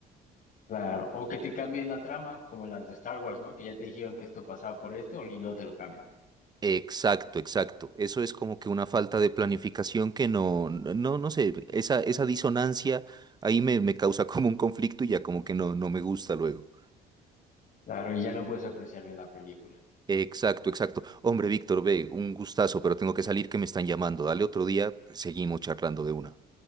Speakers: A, on the left; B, on the right.
A: Claro, o que te cambien la trama, como en las de Star Wars, ¿no? Que ya te dijeron que esto pasaba por esto y luego te lo cambian.
B: Exacto, exacto. Eso es como que una falta de planificación que no, no, no no sé, esa, esa disonancia ahí me, me causa <laughs> como un conflicto y ya como que no, no me gusta luego.
A: Claro, y ya no puedes apreciar bien la película.
B: Exacto, exacto. Hombre, Víctor, ve, un gustazo, pero tengo que salir que me están llamando. Dale otro día, seguimos charlando de una.